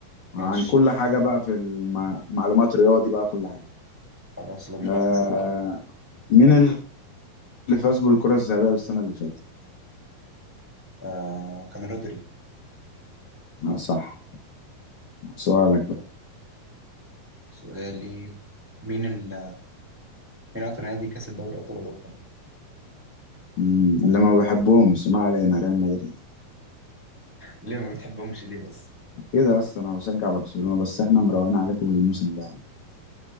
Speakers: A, in the centre; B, on the left (about 70°).
A: ماشي
B: عن كل حاجة بقى في المعلومات رياضي بقى كل حاجة
A: خلاص يلا بينا
B: آه مين اللي فاز بالكرة الذهبية السنة اللي فاتت
A: آه كان رودري
B: آه صح سؤالك
A: طب
B: بقى
A: سؤالي مين ال... مين اكتر نادي كسب دوري ابطال اوروبا
B: مم، اللي ما بحبهم ما علينا ريال مدريد
A: ليه ما بتحبهمش ليه بس
B: كده بس انا بشجع برشلونة بس احنا مروقين عليكم الموسم ده